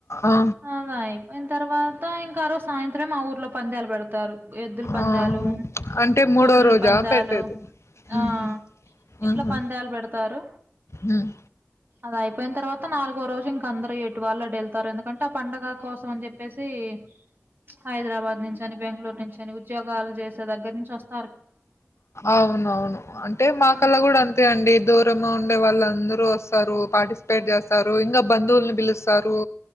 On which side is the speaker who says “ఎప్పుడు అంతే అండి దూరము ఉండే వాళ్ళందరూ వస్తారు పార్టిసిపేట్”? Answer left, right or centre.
Left